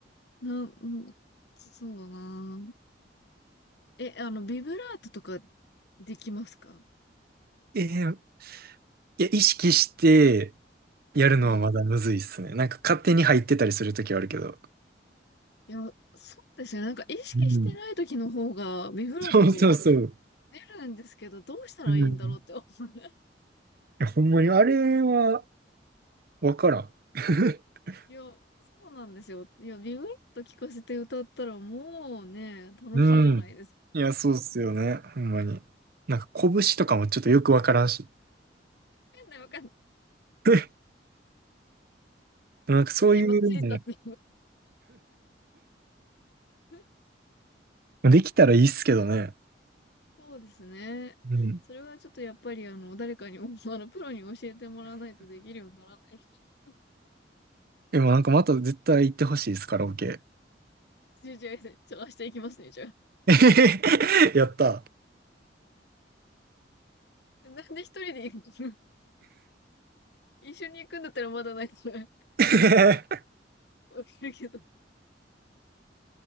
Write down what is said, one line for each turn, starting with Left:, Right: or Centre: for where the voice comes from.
Left: なん、うんそうだな。え、あの、ビブラートとかできますか
Right: えーいや、意識してやるのはまだむずいっすね。
Left: はい。
Right: なんか勝手に入ってたりするときはあるけど。
Left: いや、そうですね。なんか意識してない時の方がビブラート
Right: うん。そうそうそう。
Left: 出るんですけど、どうしたらいいんだろうって。
Right: うんい
Left: <laughs>
Right: や、ほんまにあれはわからん。<laughs>
Left: いや、そうなんですよ。いや、ビブラート聞かせて歌ったらもうね、楽しいじゃないですか。
Right: うん。いや、そうっすよね。ほんまに。なんか拳とかもちょっとよくわからんし。
Left: んないわかんない。
Right: <laughs> でもなんかそういう
Left: なんで今ついたって <laughs>
Right: の、できたらいいっすけどね。
Left: そうですね。
Right: うん。
Left: それはちょっとやっぱりあの、誰かに、あの、プロに教えてもらわないとできるようにならない。<laughs>
Right: でもなんかまた絶対行ってほしいです、カラオケ。
Left: じゃあ、じゃあ、じゃ明日行きますね、じゃあ。
Right: <laughs> えへへへやった。
Left: でなんで一人で行くの一緒に行くんだったらまだないから
Right: <laughs>
Left: わかるけど。